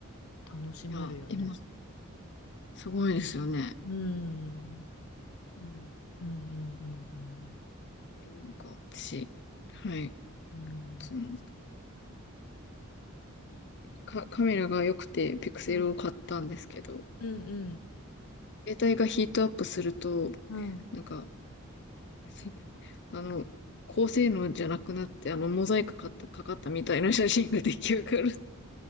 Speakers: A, on the left; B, on the left.
A: 楽しめるよね。
B: いや、今、すごいですよね。
A: うん。
B: うん。
A: うんうん
B: なんか、私、はい。
A: うんうん。
B: そのか、カメラが良くて、ピクセルを買ったんですけど、
A: うん。うんうん
B: 携帯がヒートアップすると、
A: うん。
B: なんか、<laughs> あの、高性能じゃなくなって、あの、モザイクかかった、かかったみたいな写真が出来上がる。<laughs>